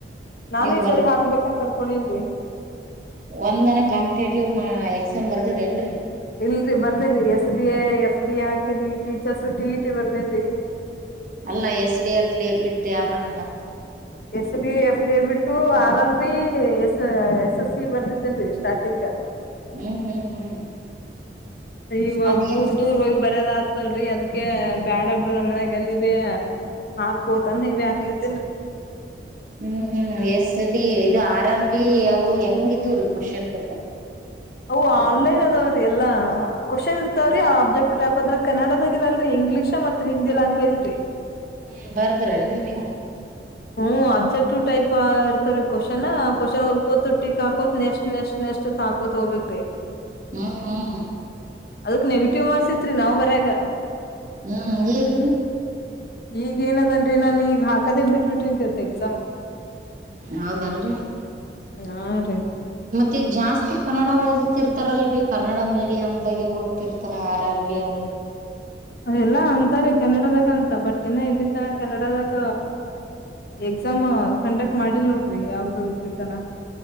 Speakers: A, on the left (about 55°); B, on the right (about 45°).
A: ನಾನು
B: ನೀವ್
A: ಈ ಸರಿ ಹಗ್ಬೇಕಂತ ಅನ್ಕೊಂಡೇನ್ ರೀ
B: ಒಂದ್ನ ಕಾಂಪಿಟೇಟಿವ್ ಮಾ ಎಕ್ಸಾಮ್ ಬರ್ದಿರ ಏನ್ರರಿ.
A: ಇಲ್ರಿ ಬರ್ದೇನ್ರಿ S D A F D A ಹಾಕೇನ್ರಿ ಟೀಚರ್ಸ ಟಿ ಇ ಟಿ ಬರ್ದೇನ್ರಿ.
B: ಅಲ್ಲಾ ಎಸಡಿ ಎಫಡಿ ಎ ಬಿಟ್ಟ ಯನನ್ನ.
A: S B F V to R R B S S S C ಬಂದಿದ್ದೇನ್ರಿ ಸ್ಟಾರ್ಟಿಂಗ್.
B: ಹ್ಮ್ ಹ್ಮ್ ಹ್ಮ್
A: ಇವಾಗ
B: ಅ
A: ದೂರ್ ದೂರ್ ಹೋಗ್. ಬರದ ಆತಲ್ರರಿ ಅದ್ಕ ಬ್ಯಾಡ ಬಿಡು ನಮ್ ಮನ್--ಗ ಅಲ್ಲಿ ಹಾಕತಾನ ಇ ಹಾಕ್ಲತ್ತೇನ್ರಿ.
B: ಹ್ಮ್ ಹ್ಮ್ ಎಷ್ಟ. ಸರಿ ಇದು ಆರ ಅವು ಹೆಂಗ ಇದ್ ಕ್ವಶನ್ ಪೇಪರ್.
A: ಅವು ಆನ್ಲೈನ್ ಅದಾವ್ರೀ ಎಲ್ಲಾ ಕ್ವಶನ್ ಇರ್ತಾವ್ರೀ ಆ ಅಬ್ಜೆಕ್ಟ್ ದ್ರೆ ಕನ್ನಡದಾಗಿ ಇರಲ್ರರಿ ಇಂಗ್ಲೀಷ ಮತ್ತು ಹಿಂದಿ ಗ್ವೇಜ್ ರೀ.
B: ಹ್ಮ್ ಬರ್ದ್ರೇ ನೀವು.
A: ಹ್ಮ್ ಅಬ್ಜೆಕ್ಟ್ ಟೈಪ್ ಇರ್ತವ್ರೀ ಕ್ವಶ್ನ್ ಕ್ವಶನ್ ಒದ್ಕೋ ಟಕ್ ಹಾಕೋತ್ ನೆಸ್ಟ್ ನೆಸ್ಟ್ ನೆಕ್ಸ್ಟ್ತ್ ಹಾಕೋತ್ ಹೋಗ್ಬೇಕಕ
B: ಹಾ ಹಾ.
A: ಅದಕ್ ನೆಗೆಟಿವ್ ಮಾರ್ಸ್ ಇತ್ರಿ ನಾವ್ ಬರ್ಯಾಗ.
B: ಹ್ಮ್ ಹೇಗ್ರೀ.
A: ಈಗ ಏನದನ್ರಿ ನಾನನ್ ಈಗ ಹಾಕದೇ ಬಿಟ್ಬ ಬಿಟೇನ್ ಇತ್ತ ಎಕ್ಸಾಮ್.
B: ಹೌದಲ್ರಿ.
A: ಹಾ ರೀ.
B: ಮತ್ತ ಈಗ ಜಾಸ್ತಿ ಕನ್ನಡ ಹೋದ್ ಓದತಿರ್ತಾರಲ್ರರಿ ಕನ್ನಡ ಮೀಡಿಯಮ ದಾಗೆ ಓದ್ತಿರ್ತಾರ ಆರ್ ಆರ್ ಬಿ ಅವ್.
A: ಎಲ್ಲಾ ಅಂತಾರೀ ಕನ್ನಡದಾಗ ಅಂತ ಬಟ್ ಇನ್ನ ಇಲ್ಲಿ ತರ ಕನ್ನಡದಾಗ. ಎಕ್ಸಾಮ್ ಕಂಟ್ಯಾಕ್ಟ್ ಮಾಡಿಲ್ ನೋಡ್ರಿ ಯಾವ್ದು ಇಲ್ಲಿ ತನ